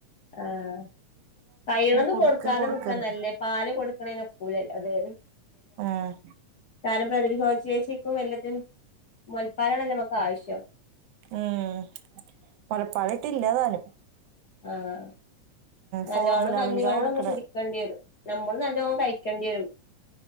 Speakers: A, on the left (about 60°); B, on the right (about 70°).
A: ആഹ് കൈണൊതും
B: കൊടുക്ക്
A: കൊടുക്കാതെ
B: കൊടുക്ക്ന്ന്
A: നിക്കാനല്ലേ പാല് കൊടുക്കണേ നൊക്കൂലല്ലോ അതെ
B: ആഹ്
A: കാരണം പ്രതിരോച്ചേചികും വല്ലത് മുൽപ്പാലണല്ലോ മക്ക് ആവശ്യം
B: മ്ഹ് മൊലപ്പാലറ്റ് ഇല്ലാതാനും
A: ആഹ് നല്ലോണം
B: ഫോർമുല
A: കഞ്ഞിവെള്ളം
B: മിൽക്കാ കൊടുക്കണെ
A: ഒന്ന് കുടി കേണ്ടിത് നമ്മള് നല്ലോം കഴിക്കേണ്ടിം